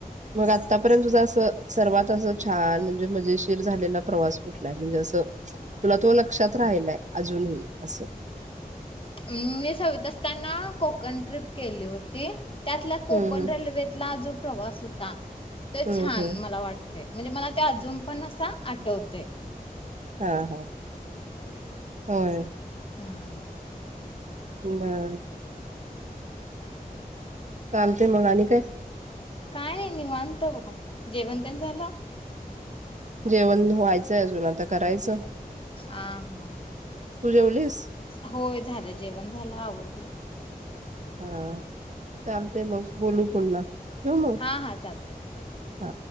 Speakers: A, on the right; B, on the left.
A: मग आतापर्यंत तुझं असं सर्वात असं छान म्हणजे मजेशीर - झालेला प्रवास -- कुठलाय म्हणजे अस तुला तो लक? क्षात राहिलाय अजूनही -- आसं.
B: मी सावीत असताना कोकण ट्रिप केली होती. त्यातल्या कोकण
A: हम्म
B: रेल्वेतला जो प्रवास होता -- ते
A: हम्म
B: छान
A: हम्म
B: मला वाटते. म्हणजे मला ते अजून पण असा आठवतय.
A: हा हा होय.
B: हम्म.
A: बर. चालतेय मग आणि काय?
B: काय नाही निवांत बघा जेवणतेन झालं.
A: जेवण व्हायचंय अजून आता करायचं.
B: हा हा
A: तू जेवलीस?
B: होय झालं जेवण झालं आवरले
A: हा. चालतेय मग. बोलू पुन्हा ठेवू मग
B: हा हा चालतय.
A: हा